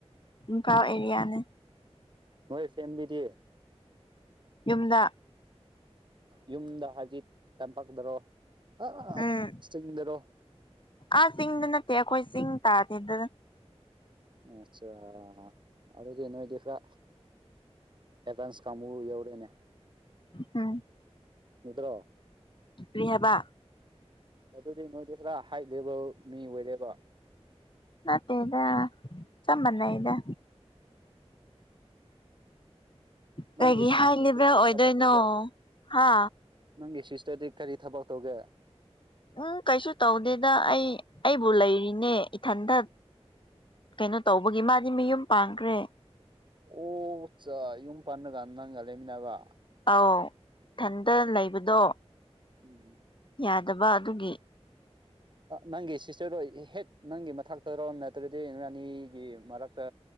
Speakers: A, on the left (about 50°); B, on the right (about 45°).
A: ꯃꯨꯀꯥ ꯑꯦꯔꯤꯌꯥꯅꯦ꯫
B: ꯅꯣꯏ ꯐꯦꯃꯤꯂꯤꯗꯤ꯫
A: ꯌꯨꯝꯗ꯫
B: ꯌꯨꯝꯗ ꯍꯥꯏꯗꯤ ꯇꯝꯄꯥꯛꯛꯗꯔꯣ ꯑ
A: ꯎꯝ
B: ꯆꯤꯡꯗꯔꯣ꯫
A: ꯑꯥ ꯆꯤꯡꯗ ꯅꯠꯇꯦ ꯑꯩꯈꯣꯏ ꯆꯤꯡ ꯇꯥꯗꯦꯗ꯫
B: ꯑꯆꯥ ꯑꯗꯨꯗꯤ ꯅꯣꯏꯗꯤ ꯈꯔꯥ ꯑꯦꯐꯥꯟꯁ ꯀꯥꯡꯕꯨ ꯌꯧꯔꯦꯅꯦ꯫
A: ꯎꯝ
B: ꯅꯠꯗ꯭ꯔꯣ
A: ꯔꯤꯍꯕ
B: ꯑꯗꯨꯗꯤ ꯅꯣꯏꯗꯤ ꯈꯔ ꯍꯥꯏ ꯂꯦꯚꯦꯜ ꯃꯤ ꯑꯣꯏꯔꯦꯕ
A: ꯅꯠꯇꯦꯗ ꯆꯞ ꯃꯥꯅꯩꯗ
B: ꯅꯪꯒꯤ
A: ꯀꯩꯒꯤ
B: ꯁꯤꯁꯇꯔꯗꯤ
A: ꯍꯥꯏ ꯂꯦꯚꯦꯜ
B: ꯀꯔꯤ
A: ꯑꯣꯏꯗꯣꯏꯅꯣ
B: ꯊꯕꯛ ꯇꯧꯒꯦ
A: ꯍꯥ
B: ꯅꯪꯒꯤ ꯁꯤꯁꯇꯔꯗꯤ ꯀꯔꯤ ꯊꯕꯛ ꯇꯧꯒꯦ
A: ꯎꯝ ꯀꯩꯁꯨ ꯇꯧꯗꯦꯗ ꯑꯩ ꯑꯩꯕꯨ ꯂꯩꯔꯤꯅꯦ ꯏꯊꯟꯗ ꯀꯩꯅꯣ ꯇꯧꯕꯒꯤ ꯃꯥꯗꯤ ꯃꯌꯨꯝ ꯄꯥꯡꯈ꯭ꯔꯦ
B: ꯑꯣ ꯁꯆ ꯌꯨꯝ ꯄꯥꯟꯕ ꯀꯥꯟꯗ ꯅꯪꯒ ꯂꯩꯃꯤꯟꯅꯕ
A: ꯑꯧ ꯏꯊꯟꯇ ꯂꯩꯕꯗꯣ
B: ꯎꯝ
A: ꯌꯥꯗꯕ ꯑꯗꯨꯒꯤ
B: ꯅꯪꯒꯤ ꯁꯤꯁꯇꯔꯗꯣ ꯍꯦꯛ ꯅꯪꯒꯤ ꯃꯊꯛꯇ ꯔꯣ ꯅꯠꯇ꯭ꯔꯗꯤ ꯑꯅꯤꯒꯤ ꯃꯔꯛꯇ